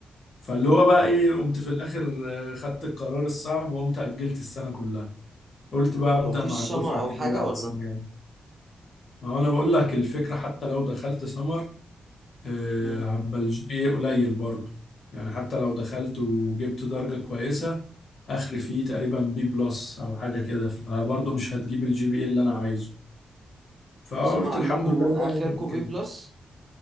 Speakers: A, on the left; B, on the right.
A: فاللي هو بقى
B: طب
A: إيه قمت في الآخر آه، خدت القرار الصعب وقمت أجلت السنة كلها قلت بقى
B: انتوا
A: أبدأ
B: مفيش
A: مع الدفعة
B: سمر
A: الجديدة
B: او حاجه ولا
A: أحسن يعني ما هو انا بقول لك الفكره حتى لو دخلت سمر آه،
B: مم.
A: هبقى الجي بي اي قليل برضه يعني حتى لو دخلت وجبت درجه كويسه اخر فيه تقريبا بي بلس او حاجه كده فبرضه مش هتجيب الجي بي اي اللي انا عايزه فقلت
B: السمر عندكم
A: الحمد لله
B: اخركم
A: بقى رجعت.
B: بي بلس